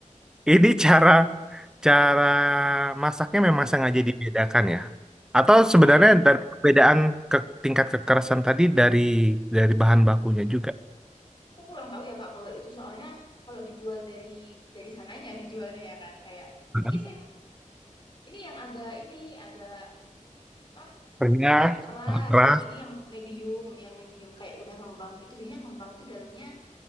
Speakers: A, in the centre; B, on the left.
A: ini cara cara masaknya
B: Nggak-
A: memang sengaja dibedakan ya atau sebenarnya
B: Kayak,
A: dari perbedaan ke tingkat kekerasan tadi dari dari bahan bakunya juga
B: aku kurang tahu ya, Kak, kalau itu soalnya kalau dijual dari dari sananya, dijualnya ya kan. Kayak,
A: Bahan
B: Niki sing Ini yang agak ini agak apa?
A: bakunya
B: Agak keras.
A: keras
B: Yang ini yang medium, yang medium kayak udah ngembang gitu. Biasanya ngembang itu dalamnya